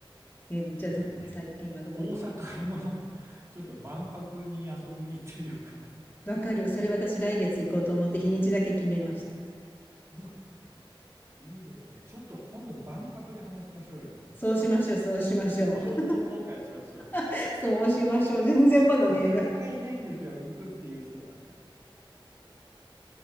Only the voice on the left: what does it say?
え、じゃあどこ、
最近はどこに
わかる。それ私来月行こうと思って日にちだけ決めました。
そうしましょう、そうしましょう。
<laughs> そうしましょう。全然まだね。